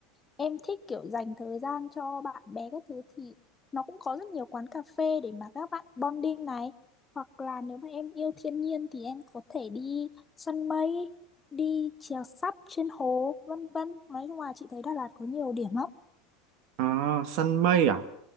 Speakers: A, on the left; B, on the right.
A: em thích kiểu dành thời gian cho bạn bè các thứ thì nó cũng có rất nhiều quán cà phê để mà các bạn bonding này. Hoặc là nếu mà em yêu thiên nhiên thì em có thể đi săn mây, đi chèo sắp trên hồ, vân vân. Nói chung là chị thấy Đà Lạt có nhiều điểm lắm.
B: à, săn mây à